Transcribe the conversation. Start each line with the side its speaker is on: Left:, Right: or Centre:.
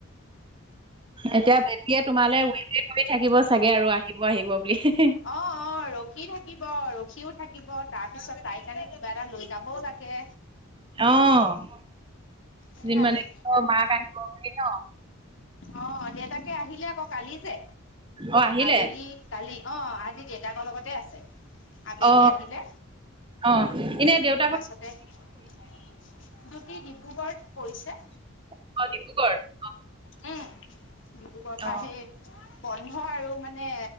Right: এতিয়া বেটিয়ে তোমালে ৱেইটয়ে কৰি থাকিব চাগে আৰু আহিব আহিব বুলি।
Left: অ', অ' ৰখি থাকিব ৰখিও থাকিব তাৰ পিছত তাই কাৰণে কিবা এটা লৈ যাবও লাগে।
Right: অ'
Left: সেয়াই
Right: যিমানে
Left: আৰু
Right: মাক আহিব বুলি ন?
Left: অ', দেউতাকে আহিলে আকৌ কালি যে,
Right: অ আহিলে
Left: আবেলি কালি অ' আজি দেউতাকৰ লগতে আছে। আবেলি
Right: অ
Left: আহিলে
Right: অ', এনে দেউ
Left: তাৰপিছতে ডিউটি ডিব্ৰুগড়ত পৰিছে।
Right: অ', ডিব্ৰুগড়ত?
Left: উম, ডিব্ৰুগড়ৰ পৰা
Right: অ অ
Left: সেই, বন্ধ আৰু মানে,